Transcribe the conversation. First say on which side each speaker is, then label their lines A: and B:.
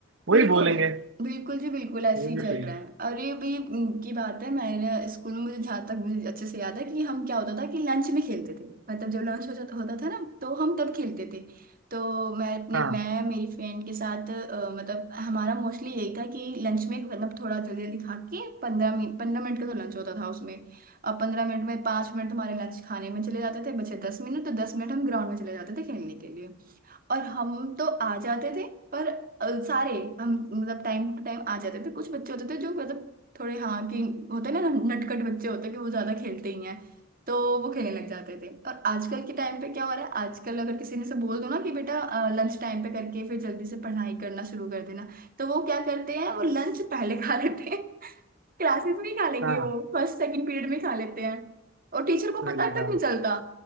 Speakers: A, on the right; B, on the right.
A: वही
B: बिल्कुल
A: बोलेंगे
B: बिल्कुल जी बिल्कुल ऐसे
A: वही
B: ही
A: भी
B: चल
A: सही
B: रहा है अरे भी उम, की बात है मैंने स्कूल में मुझे जहाँ तक मुझे अच्छे से याद है कि हम क्या होता था कि लंच में खेलते थे मतलब जब लंच हो जाता होता था ना तो हम तब खेलते थे तो मैं अपनी
A: हाँ
B: मैं मेरी फ्रेंड के साथ अ, मतलब हमारा मोस्टली यही था कि लंच में मतलब थोड़ा जल्दी जल्दी खा के पंद्रह मिनट पंद्रह मिनट का तो लंच होता था उसमें अब पंद्रह मिनट में पाँच मिनट हमारे लंच खाने में चले जाते थे बचे दस मिनट तो दस मिनट हम ग्राउंड में चले जाते थे खेलने के लिए और हम तो आ जाते थे पर अ, सारे हम मतलब टाइम टू टाइम आ जाते थे कुछ बच्चे होते थे जो मतलब थोड़े हाँ कि होते ना नटखट बच्चे होते हैं कि वो ज्यादा खेलते ही हैं तो वो खेलने लग जाते थे और आजकल के टाइम पे क्या हो रहा है आजकल अगर किसी ने से बोल दो ना कि बेटा लंच टाइम पे करके फिर जल्दी से पढ़ाई करना शुरू कर देना तो वो क्या करते हैं वो लंच पहले खा लेते हैं क्लासेस में ही खा लेंगे
A: हाँ
B: वो फर्स्ट सेकंड पीरियड में खा लेते हैं और टीचर को
A: पहले
B: पता
A: का
B: तक नहीं चलता